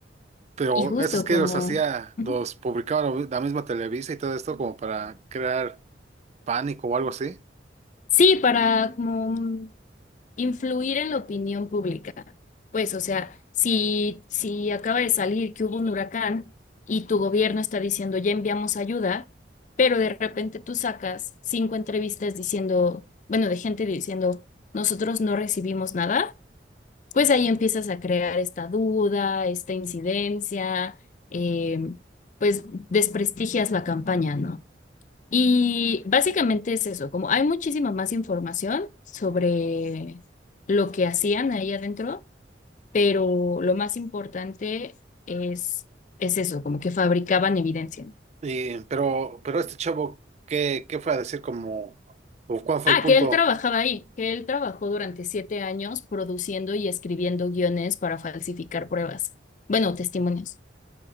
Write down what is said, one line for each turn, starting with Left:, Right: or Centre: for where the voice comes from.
Right: Pero
Left: Y justo
Right: esos que
Left: como,
Right: los hacía,
Left: ujú.
Right: los publicaba la la misma Televisa y todo esto como para crear pánico o algo así.
Left: Sí, para como mm, influir en la opinión pública. Pues, o sea, si, si acaba de salir que hubo un huracán y tu gobierno está diciendo ya enviamos ayuda, pero de repente tú sacas cinco entrevistas diciendo, bueno, de gente diciendo, nosotros no recibimos nada pues ahí empiezas a crear esta duda, esta incidencia, eh, pues desprestigias la campaña, ¿no? Y básicamente es eso, como hay muchísima más información sobre lo que hacían ahí adentro, pero lo más importante es, es eso, como que fabricaban evidencia.
Right: Y, pero, pero este chavo, ¿qué, qué fue a decir como, o cuál fue
Left: Ah,
Right: el punto?
Left: que él trabajaba ahí, que él trabajó durante siete años produciendo y escribiendo guiones para falsificar pruebas, bueno, testimonios,